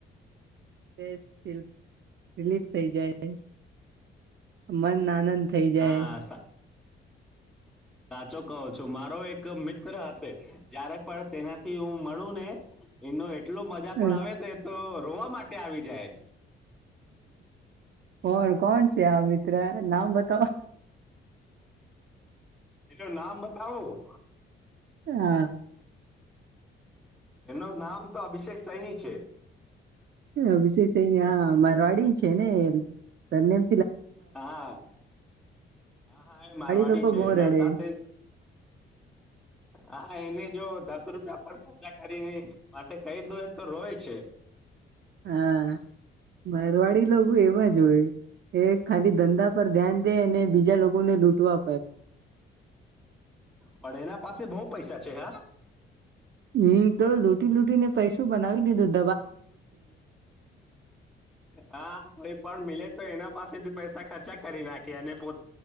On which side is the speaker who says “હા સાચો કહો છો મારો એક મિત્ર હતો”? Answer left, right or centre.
Centre